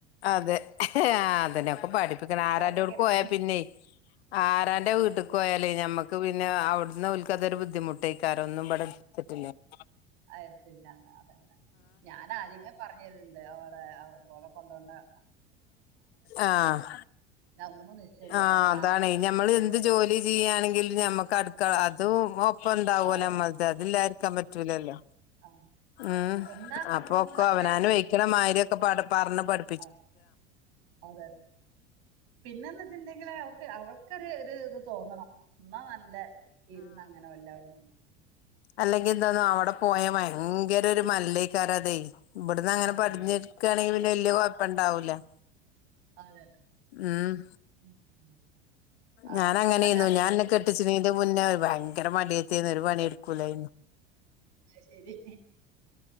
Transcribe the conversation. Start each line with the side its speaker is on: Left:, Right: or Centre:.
Left: അതെ ആഹ് അതെന്നെ ഒക്കെ പഠിപ്പിക്കണം
Right: അവളൊറ്റക്ക്
Left: ആരാൻ്റോടക്ക്
Right: എടുക്കുന്ന
Left: പോയാ പിന്നെ ആരാന്റെ
Right: അതന്നെ
Left: വീട്ട്ക്ക് ക്കോയാലേ ഞമ്മക്ക് പിന്നെ അവിട്ന്ന് ഓൽക്കതൊരു ബുദ്ധിമുട്ട് ആയിക്കാരം ഒന്നും ഇബടെ എട്‌ത്തട്ട്ല്ലെങ്കി
Right: ആഹ് എടുത്തില്ലാന്ന് അതന്നെ ഞാനാദ്യമേ പറഞ്ഞത്ണ്ട് ഓളെ ഓളെ കൊണ്ടോണ്ടാ
Left: ആഹ്
Right: ഇതൊന്നും നിശ്ചയില്ലട്ടോ
Left: ആഹ് അതാണെ
Right: കാരണം
Left: ഞമ്മള്
Right: സ്കൂള്
Left: എന്ത്
Right: വിട്ട്
Left: ജോലി ചെയ്യണെങ്കിലും ഞമ്മക്ക് അട് ക്കള
Right: ആ
Left: അതും ഒപ്പംണ്ടാവുല്ല
Right: ആ അതന്നെ
Left: നമ്മളത് അതില്ലാതിരിക്കാൻ പറ്റൂലല്ലോ
Right: ആ
Left: ഉം
Right: ഉണ്ടാവും
Left: അപ്പൊക്കെ
Right: പക്ഷെ
Left: അവനാന് വയ്ക്ക്ണ മാര്യൊക്കെ പറഞ്ഞു പഠി
Right: ആഹ് അതന്നെ പിന്നെന്ന് വെച്ചിട്ടുണ്ടെങ്കിൽ അവക്ക് അവ ക്കൊര് ഇത് തോന്നണം എന്നാ നല്ല ഇരുന്ന ങ്ങനെ എല്ലാവരും
Left: അല്ലെങ്കിന്താന്ന അവിടെ പോയാ ഭയങ്കര ഒരു മല്ലയ്ക്കാരത് ഇവിട്ന്നങ്ങനെ
Right: അതന്നെ
Left: പടിഞ്ഞ ക്കണെങ്കിൽ വല്യ കുഴപ്പംണ്ടാവൂല്ല
Right: അതെ തെ
Left: ഉം
Right: <inaudible> അതിനെ
Left: ഞാൻ അങ്ങനെന്നു
Right: കൊണ്ടന്നെയാണ്
Left: ഞാൻ
Right: പഠിപ്പിക്കുന്നത്
Left: ഇന്നെ കെട്ടിച്ചിണെന്റെ മുന്നേ ഭയങ്കര മടിയത്തിന്ന് ഒരു പണിടുക്കൂലയ്നു
Right: അത്ശരി